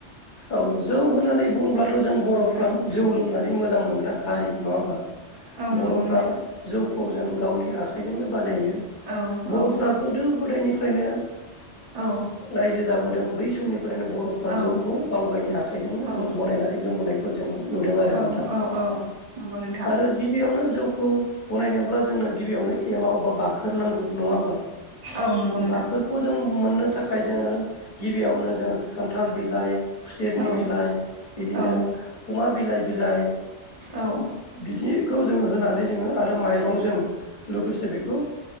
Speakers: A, on the left; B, on the right.
A: औ जौ होननानै बुङोबब्लाथ' जों बर'फ्रा
B: औ
A: जौ लोंनानै मोजां मोजां मोनग्रा हारि नङा होमबा
B: औ
A: बरफ्रा
B: नंगौ नोंथां
A: जौखौ जों गावनि आखाइजोंनो बानायो
B: औ
A: बरफ्रा
B: औ
A: गोदो गोदायनि फ्रायनो
B: औ
A: रायजो ओ जाबोदों बै समनि बेओनो बरफ्रा
B: औ
A: जौखौ गाव गावनि आखाइजोंनो जों
B: औ
A: बनायनानै लोंबोनायखौ जोङो नुदों आरो नोंथां
B: औ औ औ नंगौ नोंथां
A: आरो गिबियावनो जौखौ बनायनोब्ला जोंनो गिबियावनो एमाव बा बाखोरनांगौ नङा होनबा
B: औ नंगौ नोंथां
A: बाखोरखौ जों मोननो थाखाय जोङो गिबियावनो जोङो खान्थाल बिलाइ खुसेरनि
B: औ
A: बिलाइ बिदिनो
B: औ
A: खुमा बिलाइ बिलाइ
B: औ
A: बिदिखौ जोङो होनानै जोङो आरो माइरंजों लोगोसे बेखौ